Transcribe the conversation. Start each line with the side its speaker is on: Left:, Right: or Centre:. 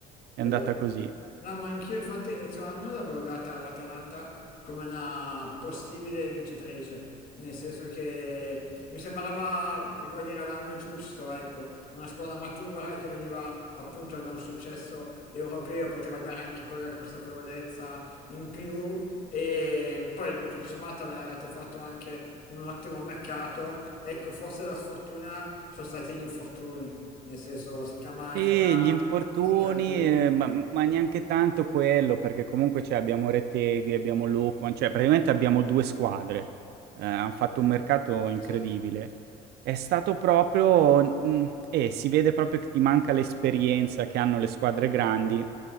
Right: è
Left: È
Right: andata
Left: vero.
Right: così.
Left: No, ma anch'io infatti inizio anno l'avevo data all'Atalanta come una possibile vincitrice, nel senso che mi sembrava, come dire, l'anno giusto, ecco, una squadra matura che veniva appunto da un successo europeo, poteva dare anche quella consapevolezza in più e poi tutto sommato avete fatto anche un ottimo mercato, ecco, forse la sfortuna sono stati gli infortuni, nel senso Scamacca,
Right: Sì, gli infortuni,
Left: Scalvini.
Right: eh, ma, ma neanche tanto quello, perché comunque cioè, abbiamo Reteghi, abbiamo Lookman, cioè praticamente abbiamo due squadre. Eh, hanno fatto un mercato incredibile.
Left: Sì,
Right: È stato proprio, mm, e si vede proprio che ti manca l'esperienza che hanno le squadre grandi